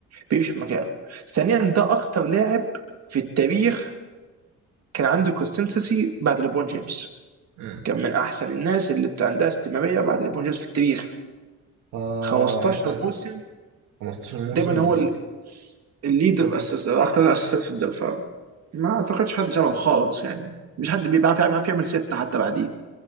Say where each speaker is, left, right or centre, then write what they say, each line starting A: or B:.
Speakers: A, on the right; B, on the right.
A: بيمشي في مكانه ثانيا ده اكتر لاعب في التاريخ كان عنده كونسستنسي بعد ليبرون جيمس
B: مم.
A: كان من احسن الناس اللي بت- عندها استمراريه بعد ليبرون جيمس في التاريخ
B: آه
A: 15
B: عامة
A: موسم
B: 15 موسم
A: دايما هو
B: بالظبط
A: ال- الليدر
B: توب
A: اسس
B: اسيستر
A: اكتر اسيستات في الدفاع ما اعتقدش حد شبهه خالص يعني مش حد بيعرف يعرف يعمل ستة حتى بعديه